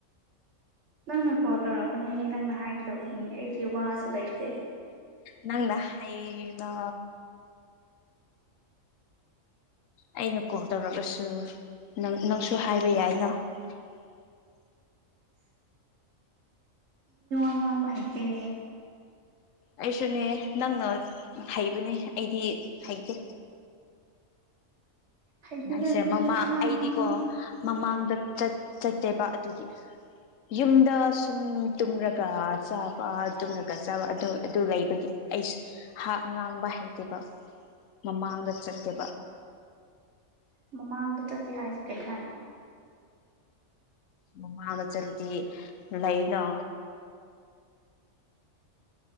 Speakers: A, on the right; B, on the left.
A: ꯅꯪꯅ ꯀꯣꯜ ꯇꯧꯔꯛꯄꯅꯦ ꯅꯪꯅ ꯍꯥꯏꯒꯗꯕꯅꯤ ꯑꯩꯗꯤ ꯋꯥꯁꯨ ꯂꯩꯇꯦ
B: ꯅꯪꯗ ꯍꯥꯏꯗ ꯑꯩꯅ ꯀꯣꯜ ꯇꯧꯔꯒꯁꯨ ꯅꯪꯁꯨ ꯍꯥꯏꯕ ꯌꯥꯏꯅ <unintelligible>
A: ꯑꯉꯥꯡ ꯥꯏꯗꯦ
B: ꯑꯩꯁꯨꯅꯦ ꯅꯪꯅ ꯍꯩꯕꯅꯦ ꯑꯩꯗꯤ ꯍꯩꯇꯦ
A: ꯍꯩꯇꯦꯗ
B: ꯍꯥꯏꯁꯦ
A: ꯑꯩꯈꯣꯏꯁꯨ
B: ꯃꯃꯥꯡ
A: ꯄꯪꯉꯥꯡ
B: ꯑꯩꯗꯤꯀꯣ
A: ꯉꯥꯡꯕꯅꯦ
B: ꯃꯃꯥꯡꯗ ꯆꯠꯇꯦꯕ ꯑꯗꯨꯒꯤ ꯌꯨꯝꯗ ꯁꯨꯝ ꯇꯨꯝꯂꯒ ꯆꯥꯕ ꯇꯨꯝꯉꯒ ꯆꯥꯕ ꯑꯗꯨ ꯑꯗꯨ ꯂꯩꯕꯒꯤ ꯑꯩꯁꯥꯛ ꯉꯥꯡꯕ ꯍꯩꯇꯦꯕ ꯃꯃꯒ ꯆꯀꯦ
A: ꯃꯃꯥꯡꯗ ꯆꯠꯀꯦ ꯍꯥꯏꯁꯦ ꯀꯔꯤ ꯍꯥꯏꯅꯣ
B: ꯃꯃꯥ ꯃ ꯆꯠꯗꯤ ꯂꯩꯅꯣ